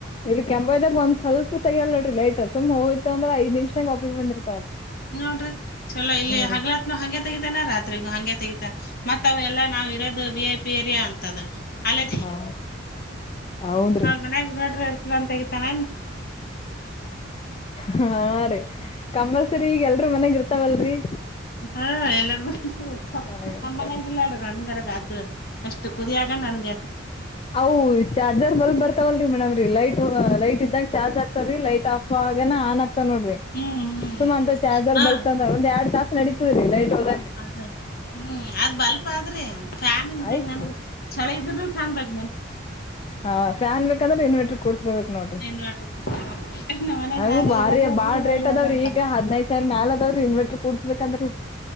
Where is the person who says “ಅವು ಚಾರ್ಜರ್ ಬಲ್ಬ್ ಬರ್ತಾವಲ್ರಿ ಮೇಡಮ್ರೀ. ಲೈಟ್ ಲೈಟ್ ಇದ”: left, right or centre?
Left